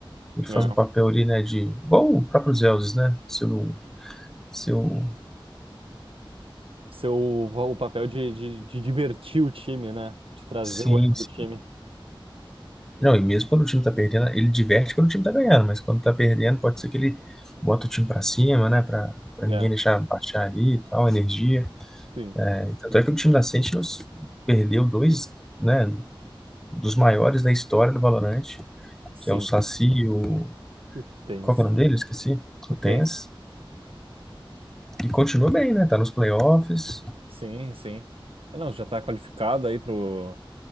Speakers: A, in the centre; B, on the right.
A: ele faz
B: É.
A: um papel ali, né? De. Igual o próprio Zeus, né? Seu. Seu.
B: Seu o papel de, de, de divertir o time, né? De trazer
A: Sim,
B: o ânimo
A: sim.
B: do time.
A: Não, e mesmo quando o time tá perdendo, ele diverte quando o time tá ganhando, mas quando tá perdendo, pode ser que ele bota o time pra cima, né? Pra, pra
B: É,
A: ninguém deixar baixar ali e tal, energia.
B: sim,
A: É, tanto é que o time da Sentinels perdeu dois, né? Dos maiores da história do Valorant
B: sim.
A: que é o Saci o.
B: E o Tens.
A: Qual que é o nome dele? Esqueci.
B: O
A: O Tens.
B: Tens?
A: E continua bem, né? Tá nos playoffs.
B: Sim, sim. Ah, Não, já tá qualificado aí pro,